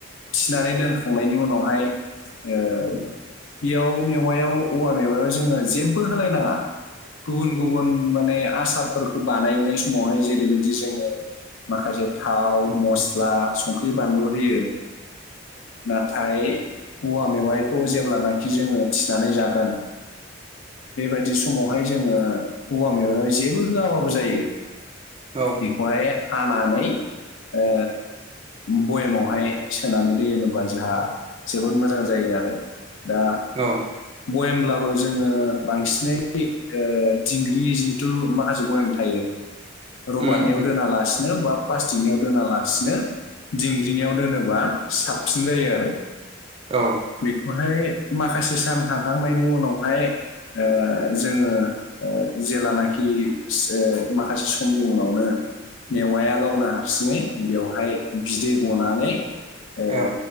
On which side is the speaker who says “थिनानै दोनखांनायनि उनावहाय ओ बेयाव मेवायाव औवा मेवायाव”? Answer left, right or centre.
Left